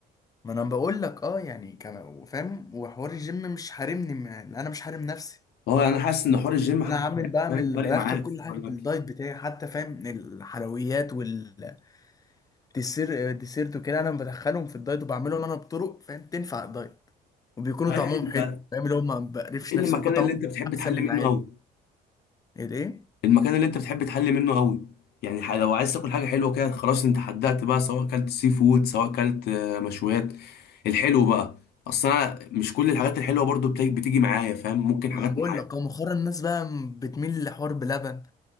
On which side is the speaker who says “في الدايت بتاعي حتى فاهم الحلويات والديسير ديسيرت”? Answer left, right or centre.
Left